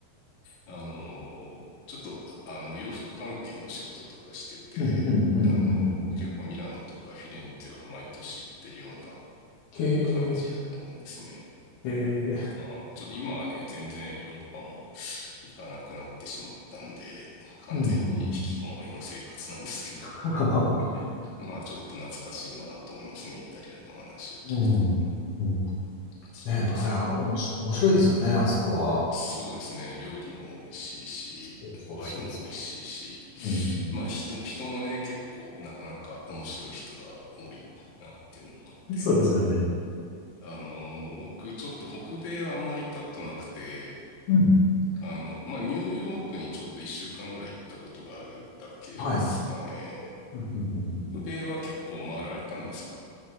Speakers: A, on the left; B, on the left.
A: あの、ちょっと、あの、洋服関係の仕事とかしてて、
B: うん、うん、うん、
A: あの、
B: うん、うん。うん
A: 結構ミラノとかフィレンツェは毎年行ってるような
B: へ
A: 感じだったんですね。
B: え、ええ、
A: まあ、ちょっと今はね、全然ヨーロッパも行かなくなってしまったんで、完全に引きこもりの生活なんですけど、
B: うん、うん、うん。<laughs> はははは。
A: <laughs> まあ、ちょっと懐かしいなと思いますね。イタリアの話を聞くと。
B: うん、うん。ね
A: そうですね。
B: え、あれはおもし、面白いですよね、あそこは。
A: そうですね。料理も美味しいし、
B: そうそうそうそ
A: ワインも美味しいし、
B: う。うん、うん、
A: まあ人、
B: うん。
A: 人もね、結構なかなか面白い人が多いなっていうのもあって、
B: <laughs> そうですよね。
A: あの、僕ちょっと北米はあんまり行ったことなくて、
B: うん。
A: あの、まあ、ニューヨークにちょっと一週間ぐらい行ったことがあるだけですかね。
B: はい。うん、うん、うん。うん
A: 北米は結構回られたんですか